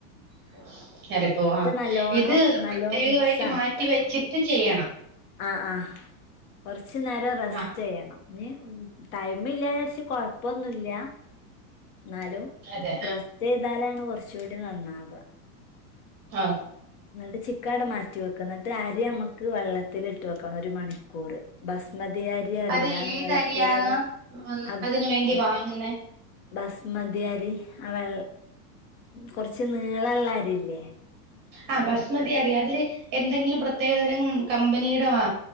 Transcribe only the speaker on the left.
നല്ലോണം
നല്ലോണം
മിക്സ് ആക്ക
ആഹ് ആഹ് കൊറ്ച്ച് നേരം റെസ്റ്റെയ്യണം
ഞ്ഞ് ഉം ടൈമില്ലേര്ച്ച് കൊഴപ്പൊന്നുല്ല ന്നാലും
റെസ്റ്റെയ്താലാണു കൊറ്ച്ചൂടി നന്നാവ്വാ
ന്ന്ട്ട് ചിക്കൻ ആടെ മാറ്റി വെക്ക. ന്ന്ട്ട് അരി അമ്മെക്ക് വെള്ളത്തിലിട്ട് വെക്കണം ഒരു മണിക്കൂറ് ബസ്മതി അരി അറിയില്ല
നീളത്തിലിള്ളെ അത്
ബ
ബസ് മതി അരി ആ വെ കൊറച്ച് നീളള്ളെ അരിയില്ലേ